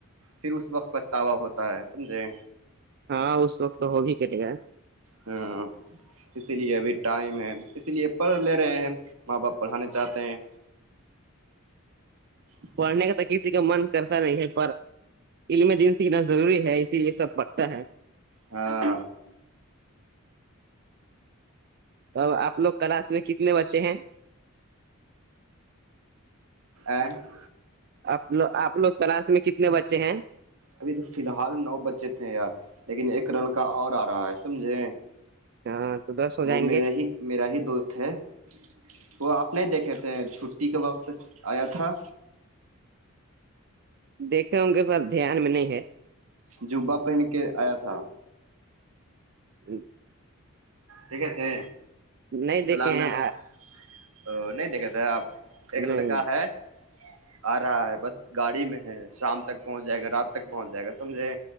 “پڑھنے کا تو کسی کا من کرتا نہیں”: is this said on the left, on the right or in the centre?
Right